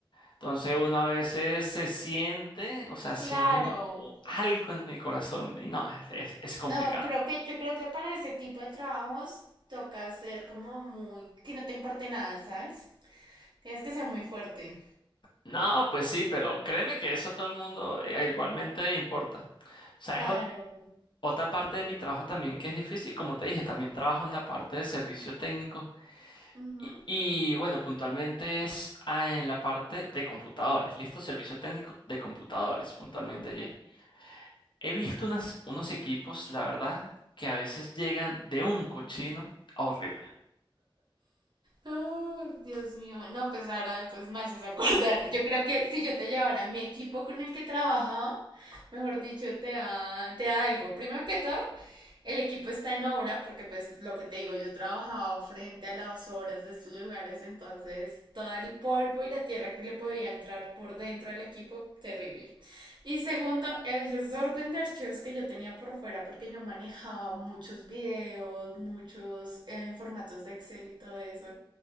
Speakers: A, on the left; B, on the right.
A: Entonces uno a veces se siente, o sea, siente
B: Claro.
A: un- algo en el corazón y no, es, es- es complicado.
B: No, creo que yo creo que para ese tipo de trabajos toca ser como muy, que no te importe nada, ¿sabes? Tienes que ser muy fuerte.
A: No, pues sí, pero créeme que eso a todo el mundo eh, igualmente importa. O sea,
B: Claro.
A: es ot- otra parte de mi trabajo también que es difícil, como te dije, también trabajo en la parte de servicio técnico
B: Ujú.
A: y, y, bueno, puntualmente es ah, en la parte de computadores, listo, servicio técnico de computadores, puntualmente
B: Ok.
A: allí. He visto unas, unos equipos, la verdad, que a veces llegan de un cochino horrible.
B: Oh, Dios mío, no, pues ahora pues más es acordar. Yo creo que si yo te llevara mi equipo con el que trabajaba, mejor dicho, te da, te da algo. Primero que todo, el equipo está en obra, porque pues lo que te digo, yo trabajaba frente a las obras de estos lugares, entonces todo el polvo y la tierra que le podía entrar por dentro del equipo, terrible. Y segundo, el desorden de archivos que yo tenía por fuera, porque yo manejaba muchos videos, muchos eh, formatos de Excel y todo eso.